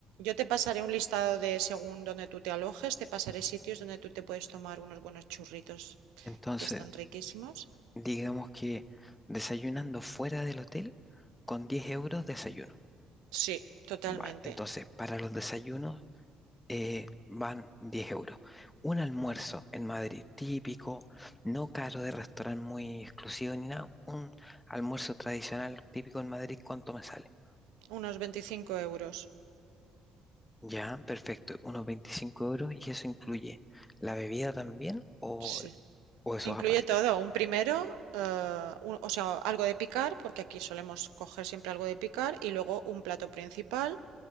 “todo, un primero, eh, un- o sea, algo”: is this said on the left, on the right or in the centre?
Right